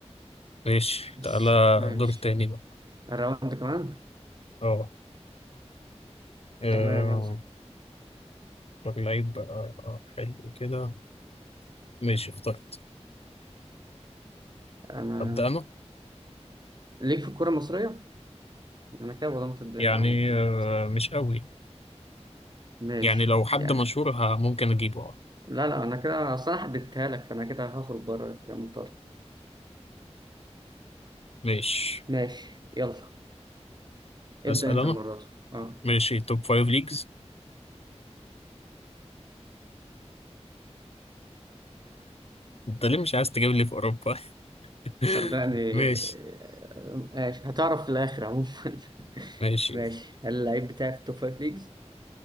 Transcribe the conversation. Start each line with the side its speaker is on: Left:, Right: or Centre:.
Left: ماشي
Right: بس
Left: تعالى
Right: ماشي
Left: دور تاني بقى
Right: الراوند كمان
Left: اه آه،
Right: تمام يلا
Left: اختار لعيب بقى آه، حلو كده ماشي اخترت
Right: انا
Left: أبدأ أنا
Right: ليك في الكرة المصرية انا كده ظلمت الدنيا
Left: يعني
Right: عموما
Left: آه، مش قوي
Right: ماشي
Left: يعني لو حد
Right: يعني
Left: مشهور ه- ممكن أجيبه اه
Right: لا لا انا كده اصل انا حددتها لك فانا كده هخرج بره كده مضطر
Left: ماشي
Right: ماشي يلا ابدأ
Left: أسأل
Right: انت
Left: أنا
Right: المرة دي اه
Left: ماشي توب فايف ليجز أنت ليه مش عايز تجيب لي في أوروبا
Right: صدقني
Left: <laughs> ماشي
Right: آه، ماشي هتعرف في الآخر عموما <laughs>
Left: ماشي
Right: ماشي هل اللعيب بتاعي في التوب فايف ليجز؟